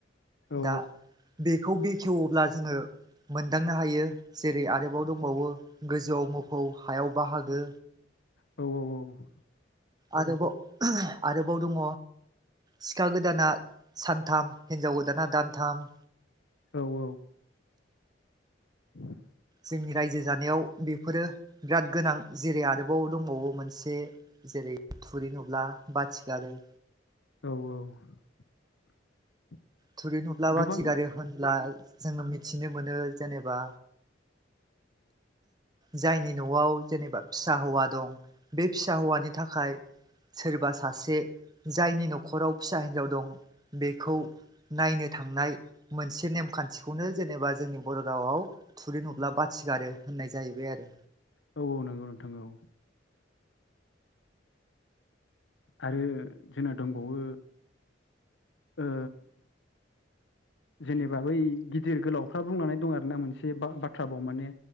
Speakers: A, on the left (about 75°); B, on the right (about 20°).
A: औ
B: दा बेखौ बेखेवोब्ला जोङो मोनदांनो हायो जेरै आरोबाव दंबावो गोजौआव मोफौ हायाव बाहागो
A: औ - औ - औ
B: आरोबाव आरोबाव दङ सिखा गोदाना सानथाम हिनजाव गोदाना दानथाम
A: औ -औ <inaudible>
B: जोंनि रायजो जानायाव बेफोरो बिराद गोनां जेरै आरोबाव दंबावो मोनसे जेरै थुरि नुब्ला बाथि गारो
A: औ - औ
B: थुरि नुब्ला बाथि
A: गोबां
B: गारो होनब्ला जोङो मिथिनो मोनो जेनेबा जायनि न'आव जेनेबा फिसा हौवा दं बे फिसा हौवानि थाखाय सोरबा सासे जायनि न'खराव फिसा हिनजाव दं बेखौ नायनो थांनाय मोनसे नेम खान्थिखौनो जेनेबा जोंनि बर' रावाव थुरि नु ब्ला बाथिगारो होननाय जाहैबाय आरो
A: औ नंगौ नोंथां औ आरो जोंना दंबावो ओ जेनेबा बै गिदिर गोलावफ्रा बुंनानै दं आरोना मोनसे बाथ्राबाव माने